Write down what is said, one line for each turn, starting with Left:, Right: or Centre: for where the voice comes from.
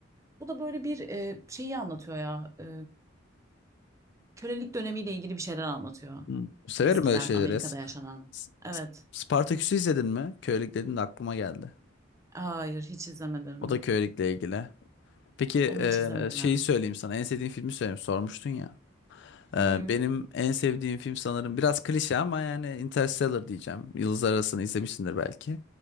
Right: bu da böyle bir e, şeyi anlatıyor ya. E, kölelik dönemiyle ilgili bir şeyler anlatıyor.
Left: Hı. Severim
Right: Eskiden
Left: öyle şeyleri.
Right: Amerika'da
Left: ya. S-
Right: yaşanan. Evet.
Left: S- Spartaküs'ü izledin mi? Kölelik dedin de aklıma geldi.
Right: Hayır, hiç izlemedim.
Left: O da kölelikle ilgili. Peki
Right: Onu
Left: e,
Right: hiç izlemedim
Left: şeyi
Right: ya.
Left: söyleyeyim sana. En sevdiğin filmi söyleyeyim. Sormuştun ya. E,
Right: Hı hı.
Left: benim en sevdiğim film sanırım biraz klişe ama yani Interstellar diyeceğim. Yıldızlar Arası'nı izlemişsindir belki.